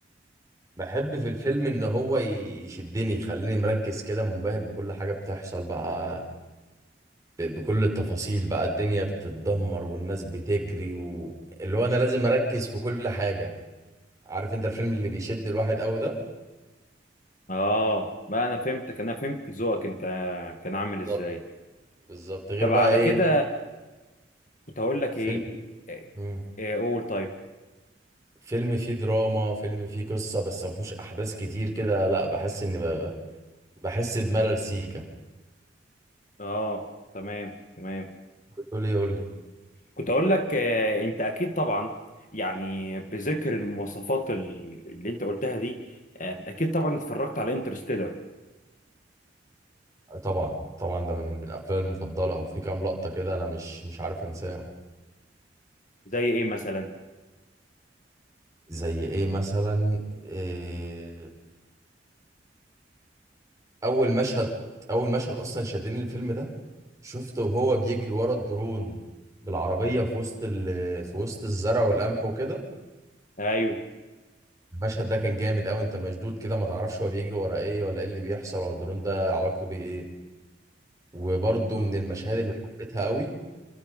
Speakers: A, on the right (about 20°); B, on the left (about 45°).
A: بحب في الفيلم ان هو يشدني يخليني مركز كده منبهر بكل حاجة بتحصل بقى ب- بكل التفاصيل بقى الدنيا بتتدمر والناس بتجري و... اللي هو انا لازم اركز في كل حاجة عارف انت الفيلم اللي بيشد الواحد قوي ده
B: اه بقى انا فهمتك انا فهمت ذوقك انت كان عامل
A: بالظبط
B: ازاي
A: بالظبط غير
B: طب
A: بقى
B: على
A: ايه
B: كده
A: إن
B: كنت هقول لك
A: فيلم
B: ايه إيه-
A: مم.
B: إيه، قول طيب
A: فيلم فيه دراما فيلم فيه قصة بس ما فيهوش احداث كتير كده لا بحس ان ب... ب- بحس بملل سيكا
B: اه تمام تمام
A: تقول لي يقول لي
B: كنت هقول لك آه، انت اكيد طبعا يعني بذكر المواصفات ال- اللي انت قلتها دي آه، اكيد طبعا اتفرجت على انترستيلر
A: طبعا طبعا ده من من افلامي المفضلة وفي كام لقطة كده انا مش مش عارف انساهم
B: زي ايه مثلا
A: زي ايه مثلا إيه اول مشهد اول مشهد اصلا شدني الفيلم ده شفته وهو بيجري ورا الدرون بالعربية في وسط ال... في وسط الزرع والقمح وكده
B: ايوه
A: المشهد ده كان جامد قوي انت مشدود كده ما تعرفش هو بيجري ورا ايه ولا ايه اللي بيحصل ولا الدرون ده علاقته بيه ايه وبرضه
B: اه
A: من المشاهد اللي حبيتها قوي